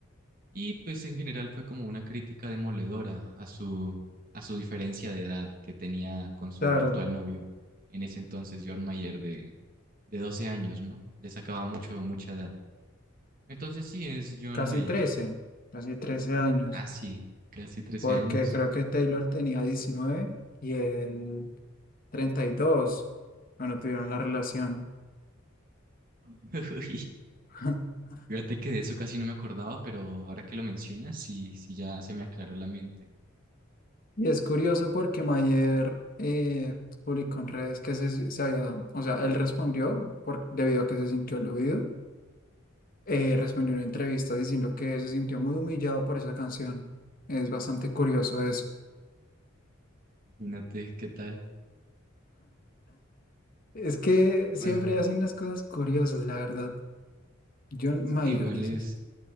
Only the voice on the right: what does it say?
Y pues en general fue como una crítica demoledora a su, a su diferencia de edad que tenía con su
actual novio, en ese entonces, John Mayer, de, de 12 años, ¿no? Le sacaba mucho, mucha edad. Entonces sí, es John
Mayer.
Casi, casi trece
años.
<laughs> Uy.
Fíjate que de eso casi no me acordaba, pero ahora que lo mencionas, sí, sí ya se me aclaró la mente.
Imagínate qué tal.
Bueno,
sí,
igual
es,